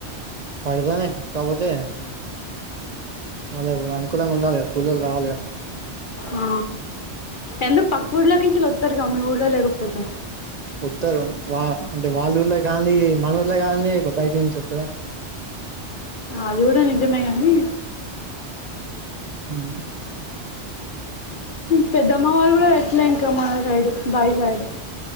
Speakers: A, on the right (about 45°); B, on the left (about 50°).
A: పడతన్నయ్ కాకపోతే వాళ్ళకు అనుకూలంగా ఉండాలిగా కూలోల్లు రావాలిగా
B: ఆ ఎందుకు పక్కూర్లో కించెళ్ళి వత్తరుగా మీ ఊళ్లో లేకపోతే
A: వత్తరు వా అంటే వాళ్లు ఊర్లో కానిదే మన ఊరిలో కానిదే బయట నుంచి వత్తదా
B: అది కూడా నిజమే గానీ
A: ఉమ్
B: పెద్దమ్మ వాళ్ళు కూడా పెట్టలే ఇంకా మా సైడ్ బాయి సైడ్